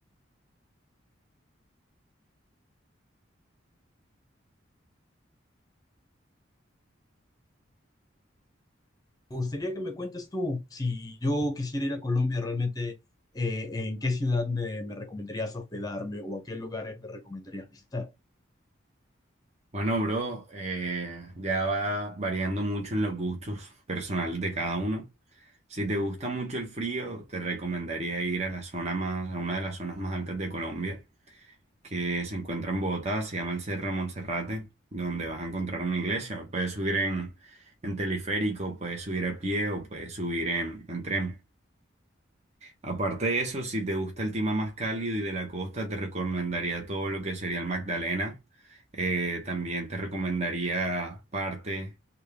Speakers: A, on the left; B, on the right.
A: Me gustaría que me cuentes tú, si yo quisiera ir a Colombia, realmente, eh, ¿en qué ciudad me, me recomendarías hospedarme o a qué lugares me recomendarías visitar?
B: Bueno, bro, eh, ya va variando mucho en los gustos personales de cada uno. Si te gusta mucho el frío, te recomendaría ir a la zona más, a una de las zonas más altas de Colombia, que se encuentra en Bogotá, se llama el Cerro Monserrate, donde vas a encontrar una iglesia. Puedes subir en, en teleférico, puedes subir a pie o puedes subir en, en tren. Aparte de eso, si te gusta el clima más cálido y de la costa, te recomendaría todo lo que sería el Magdalena. Eh, también te recomendaría parte